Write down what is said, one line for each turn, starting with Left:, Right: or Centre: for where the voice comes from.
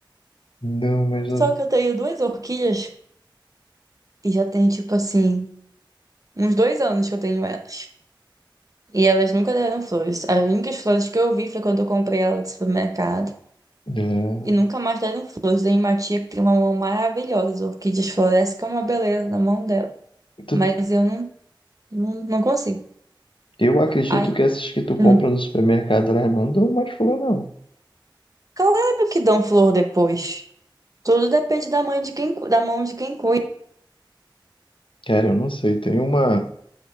Left: Não, mas eu.
Right: Só que eu tenho duas orquídeas e já tem, tipo assim, uns dois anos que eu tenho elas. E elas nunca deram flores. As únicas flores que eu vi foi quando eu comprei elas no supermercado.
Left: é,
Right: E nunca mais deram flores. Tem uma tia que tem uma mão maravilhosa. As orquídeas florescem que é uma beleza na mão dela.
Left: tu-
Right: Mas eu não, não, não consigo.
Left: eu acredito
Right: Aí,
Left: que essas que tu compra
Right: hum,
Left: no supermercado, elas não dão mais flor, não.
Right: claro que dão flor depois. Tudo depende da mãe de quem, cu- da mão de quem cuida.
Left: Cara, eu não sei. Tem uma,